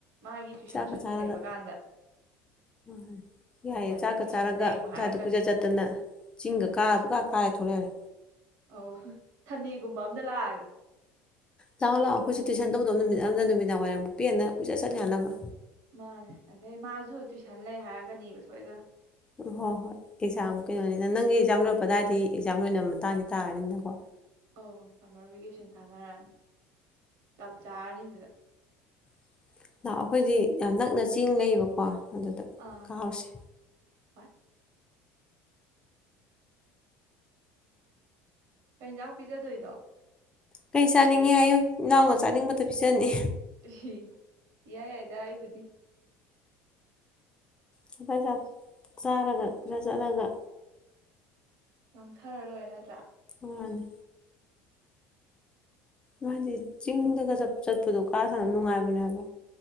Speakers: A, on the right; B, on the left.
A: ꯃꯥꯒꯤ ꯇꯨꯏꯁꯟ
B: ꯆꯥꯛꯀ
A: ꯁꯨꯇꯤ
B: ꯆꯥꯔꯒ
A: ꯂꯩꯕ ꯀꯥꯟꯗ
B: ꯍ ꯌꯥꯏꯑꯦ
A: ꯅꯠꯇ꯭ꯔꯗꯤ
B: ꯆꯥꯛꯀ
A: ꯑꯃꯨꯛ ꯇꯨꯏꯁꯟ
B: ꯆꯥꯔꯒ
A: ꯂꯩꯌꯣ
B: ꯁ꯭ꯋꯥꯏꯗ
A: ꯍꯥꯏꯔꯛꯀꯅꯤ
B: ꯀꯨꯏꯆꯠ ꯆꯠꯇꯅ ꯆꯤꯡꯒ
A: ꯎꯝ
B: ꯀꯥꯔ ꯀꯥ ꯀꯥꯔꯦ ꯊꯣꯛꯂꯛꯔꯦ
A: ꯑꯧ ꯊꯟꯗꯤꯒꯨꯝꯕ ꯑꯝꯇ ꯂꯥꯛꯑꯒꯦ
B: ꯂꯥꯛꯑꯣ ꯂꯥꯛꯑꯣ ꯑꯩꯈꯣꯏꯁꯨ ꯇꯨꯏꯁꯟ ꯇꯧꯗꯕ ꯅꯨꯃꯤꯠ ꯑꯃꯝꯗ ꯅꯨꯃꯤꯗꯥꯡ ꯋꯥꯏꯔꯝꯨꯛ ꯄꯦꯟꯅ ꯀꯨꯏꯠ ꯆꯠꯂ ꯌꯥꯅꯕ
A: ꯃꯥꯅꯦ ꯑꯗꯩ ꯃꯥꯁꯨ ꯇꯨꯏꯁꯟ ꯂꯩ ꯍꯥꯏꯔꯛꯀꯅꯦꯕ ꯁꯣꯏꯗꯅ
B: ꯎꯝ ꯍꯣꯏ ꯍꯣꯏ ꯑꯦꯛꯖꯥꯝ ꯀꯩꯅꯣꯅꯤꯅ ꯅꯪꯒꯤ ꯑꯦꯛꯖꯥꯝ ꯂꯧꯣꯏꯔꯛꯄꯗꯥꯏꯗꯤ ꯑꯦꯛꯖꯥꯝ ꯂꯣꯏꯅꯕ ꯃꯇꯥꯡꯗꯤ ꯇꯥꯔꯅꯤꯅꯀꯣ
A: ꯑ ꯁꯝꯃꯔ ꯚꯦꯀꯦꯁꯟ ꯊꯥꯅꯔꯛꯑꯅꯤ ꯆꯞ ꯆꯥꯔꯅꯤ ꯁꯤꯗ
B: <unintelligible> ꯆꯤꯡ ꯂꯩꯕꯀꯣ ꯑꯗꯨꯗ
A: ꯑꯥ
B: ꯀꯥꯔꯁꯦ
A: ꯍꯣꯏ ꯀꯩ ꯌꯦꯟꯁꯥꯡ ꯄꯤꯖꯗꯣꯏꯅꯣ
B: ꯀꯩ ꯆꯥꯅꯤꯡꯉꯤ ꯍꯥꯏꯌꯨ ꯏꯅꯥꯎꯅ ꯆꯥꯅꯤꯡꯕꯗꯣ ꯄꯤꯖꯅꯤ
A: ꯎ ꯌꯥꯏ ꯌꯥꯏꯗ ꯑꯩꯕꯨꯗꯤ
B: ꯁꯐ ꯆꯥꯔꯒ ꯈꯔ ꯆꯠꯂꯒ
A: ꯂꯪꯊꯔ ꯂꯣꯏꯔ ꯅꯠꯇ꯭ꯔꯥ
B: ꯍꯅꯤ ꯃꯥꯗꯤ ꯆꯤꯡꯗꯒ ꯆꯠꯄꯗꯣ ꯀꯥ ꯊꯕ ꯅꯨꯡꯉꯥꯏꯕꯅꯦꯕ